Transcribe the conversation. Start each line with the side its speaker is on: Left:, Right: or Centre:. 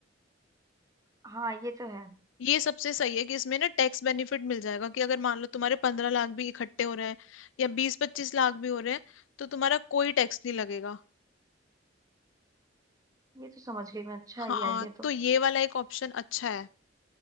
Right: हाँ ये तो है
Left: ये सबसे सही है कि इसमें ना टैक्स बेनिफिट मिल जाएगा कि अगर मान लो तुम्हारे पंद्रह लाख भी इकट्ठे हो रहे हैं या बीस पच्चीस लाख भी हो रहे हैं तो तुम्हारा कोई टैक्स नहीं लगेगा
Right: ये तो समझ गई मैं अच्छा
Left: हाँ
Right: है ये आइडिया तो
Left: तो ये वाला एक ऑप्शन अच्छा है